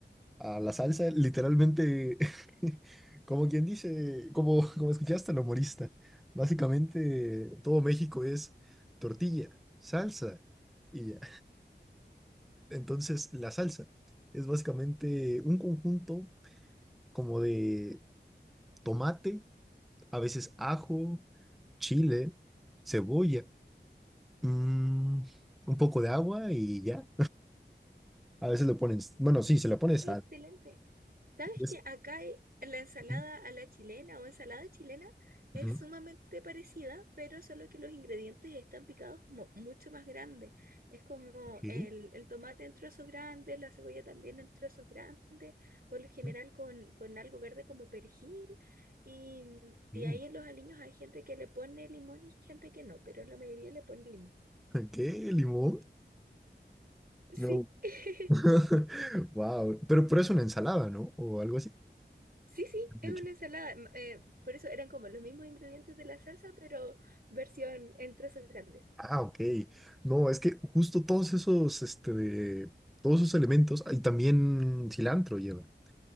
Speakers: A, in the centre; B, on the right (about 55°).
A: a la salsa literalmente, <laughs> como quien dice, como, <laughs> como escuchaste al humorista, básicamente todo México es tortilla, salsa y ya. Entonces, la salsa es básicamente un conjunto como de tomate, a veces ajo. chile, cebolla, mm, un poco de agua y ya. A veces lo ponen, bueno, sí, se le pone sal.
B: Excelente. ¿Sabes
A: Es-
B: que acá hay- la ensalada
A: ujú,
B: a la chilena o ensalada chilena es
A: ujú,
B: sumamente parecida, pero solo que los ingredientes están picados mo- mucho más grandes? Es como
A: ok,
B: el, el tomate en trozos grandes, la cebolla también en trozos grandes, por lo general
A: ujú,
B: con, con algo verde como perejil. Y,
A: <laughs>
B: y ahí en los aliños hay gente que le pone limón y gente que no, pero la mayoría le pone limón.
A: ¿Qué? ¿Limón?
B: Sí.
A: No.
B: <laughs>
A: <laughs> Wow. Pero, pero es una ensalada, ¿no? O algo así.
B: Sí, sí, es
A: De hecho.
B: una ensalada. m- eh, por eso eran como los mismos ingredientes de la salsa, pero versión en trozos grandes.
A: Ah, ok. No, es que justo todos esos, este, de- todos esos elementos, y también cilantro llevan.